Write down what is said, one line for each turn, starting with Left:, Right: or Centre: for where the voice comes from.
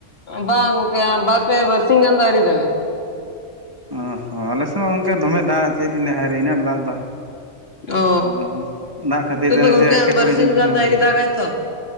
Left: ᱵᱟᱝ ᱜᱚᱝᱠᱮ ᱵᱟᱨᱯᱮ ᱵᱟᱨᱥᱤᱝ ᱜᱟᱱ ᱫᱚ ᱟᱹᱣᱨᱤ ᱫᱟᱜ ᱜᱟᱭ
Right: ᱚ ᱦᱚᱸ ᱟᱞᱮᱥᱮᱫ ᱢᱟ ᱜᱚᱢᱠᱮ ᱫᱚᱢᱮ ᱫᱟᱜ ᱪᱮᱫ ᱞᱤᱧ ᱞᱟᱭᱟ ᱦᱟᱭᱨᱮ ᱤᱱᱟᱹᱜ ᱫᱟᱜ ᱫᱚ
Left: ᱚ
Right: ᱟᱫᱚ ᱫᱟᱜ ᱠᱷᱟᱹᱛᱤᱨ
Left: ᱱᱤᱛᱚᱜ
Right: ᱛᱮ
Left: ᱫᱚ
Right: ᱱᱟᱥᱮ
Left: ᱜᱚᱝᱠᱮ ᱦᱟᱸᱜ
Right: ᱮᱸᱴᱠᱮᱴᱚᱬᱮ
Left: ᱵᱟᱨᱥᱤᱧ
Right: ᱦᱩᱭᱩᱜ
Left: ᱜᱟᱱ
Right: ᱠᱟᱱᱟ
Left: ᱫᱚ ᱟᱹᱣᱨᱤ ᱫᱟᱜᱟᱭ ᱛᱚ᱾